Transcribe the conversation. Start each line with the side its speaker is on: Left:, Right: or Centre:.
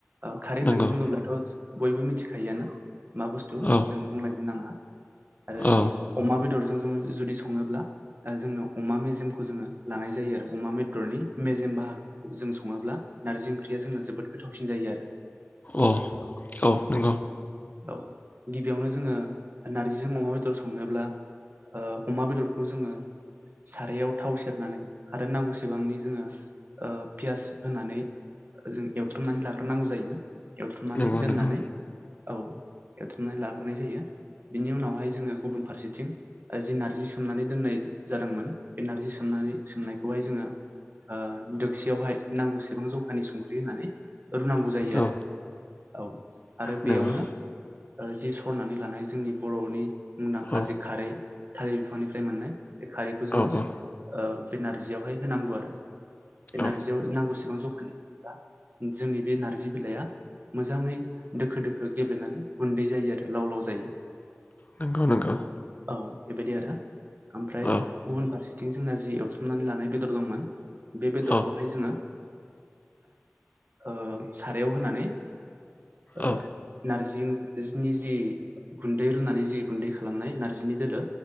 Right: ओ खारै
Left: नंगौ
Right: होननानै बुङोब्लाथ' बयबो मिथिखायोआनो मा बुस्थु
Left: औ
Right: जों बुंलायनो नाङा। आरो
Left: औ
Right: अमा बेदरजों जों जुदि सङोब्ला ओ जोंनो अमा मेजेमखौ जोङो लानाय जायो आरो अमा बेदरनि मेजेम बाहागो जों सङोब्ला नारजि ओंख्रिया जोंना जोबोद गोथावसिन जायो आरो।
Left: अह औ नंगौ।
Right: औ गिबियावनो जोङो नार्जिजों अमा बेदर संनोब्ला ओ अमा बेदरखौ जोङो सारायाव थाव सेरनानै आरो नांगौसेबांनि जोङो ओ पियास होनानै जों एवथ्रमनानै लाग्रोनांगौ जायो। एवथ्रमनानै
Left: नंगौ
Right: दोननानै
Left: नंगौ
Right: औ एवथ्रमनानै लाग्रोनाय जायो बिनि उनावहाय जोङो गुबुन फारसेथिं जि नारजि सोमनानै दोननाय जादोंमोन बे नारजि सोमनानै सोमनायखौहाय जोङो ओ दोबसेयावहाय नांगौसेबां जखानि संख्रि होननानै रुनांगौ जायो आरो
Left: औ
Right: औ आरो बेयावनो
Left: नंगौ
Right: ओ जि सरनानै लानाय जोंनि बर'नि मुंदांखा
Left: औ
Right: जि खारै थालिर बिफांनिफ्राय मोननाय बे खारैखौ जोङो
Left: औ औ
Right: ओ बे नारजियावहाय होनांगौ आरो बे
Left: औ
Right: नारजियाव नांगौसे सिगां जखानि होब्ला जोंनि बे नारजि बिलाइआ मोजाङै दोखो दोखो गेब्लेनानै गुन्दै जायो आरो लाव लाव जायो
Left: नंगौ नंगौ।
Right: औ बेबायदि आरो ओमफ्राय
Left: औ
Right: गुबुन फारसेथिं जोंना जि एवथुमनानै लानाय बेदर दंमोन बे बेदरखौहाय
Left: औ
Right: जोङो ओ सारायाव होनानै ओ
Left: औ
Right: नारजि जि जिनि जि गुन्दै रुनानै जि गुन्दै खालामनाय नारजिनि दोलो